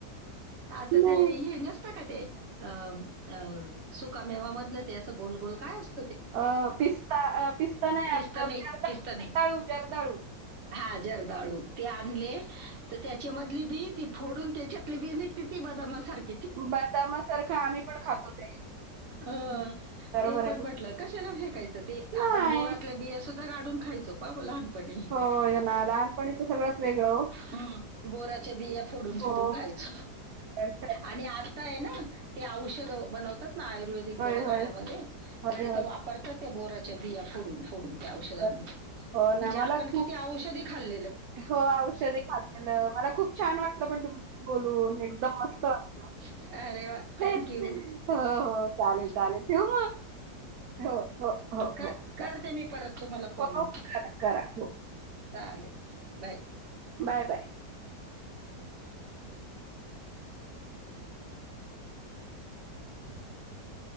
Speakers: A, on the right; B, on the right.
A: आता ते
B: नाही
A: हे नसत का ते अ अ सुकामेवामधलं ते असं गोल गोल काय असत
B: अ पिस्ता पिस्ता नाही
A: पिस्तने
B: आप जरदाळू
A: पिस्तने
B: जरदाळू जरदाळू
A: हा जरदाळू ते आणले तर त्याच्यामधली बी ती फोडून त्याच्यातली बी निघते ती बदामसारखी
B: बदामासारखं आम्ही पण खातो ते
A: अ
B: हं बरोबर
A: ते पण
B: आहे तुमचं.
A: म्हटलं कशाला फेकायचं ते
B: नाही
A: आपण बोरातल्या बी सुद्धा कााढून खायचो प लहानपणी
B: हो ये ना लहानपणीच सगळंच वेगळं हो
A: हम्म बोराच्या बिया फोडून
B: हो
A: फोडून खायच
B: होय
A: आणि आता आहे ना ते औषध बनवतात ना आयुर्वेदिक दवाखान्यामध्ये
B: होय होय
A: तर तेथं
B: होय होय
A: वापरतात बोराच्या बिया फोडून फोडून त्या औषधांमध्ये
B: होय हो
A: म्हणजे
B: ना
A: आपण
B: मला खूप
A: किती औषधी खाल्
B: हो औषधी खालेलं मला खूप छान वाटलं पण तुम बोलून एकदम मस्त वाटलं
A: अरे वा!
B: हो
A: थँक्यू.
B: हो चालेल चालेल ठेऊ म हो हो
A: करते
B: हो चालेल
A: मी परत तुम्हाला फोन
B: हो
A: मग
B: करा करा हो
A: चालेल बाय
B: बाय बाय हम्